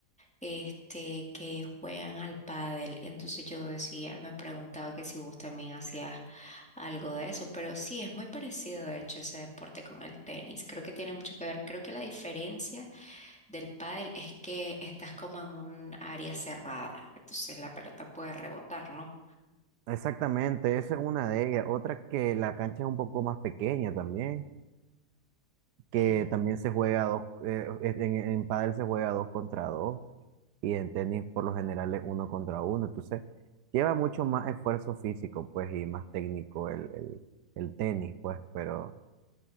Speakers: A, in the centre; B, on the right.
A: este, que juegan al pádel. Entonces yo decía, me preguntaba que si vos también hacías algo de eso, pero sí, es muy parecido de hecho ese deporte con el tenis. Creo que tiene mucho que ver. Creo que la diferencia del pádel es que estás como en un área cerrada, entonces la pelota puede rebotar, ¿no?
B: Exactamente, esa es una de ellas. Otra que la cancha es un poco más pequeña también, que
A: Mm.
B: también se juega dos, eh, es- en, en pádel se juega dos contra dos y en tenis por lo general es uno contra uno. Entonces lleva mucho más esfuerzo físico, pues, y más técnico el, el, el tenis, pues, pero,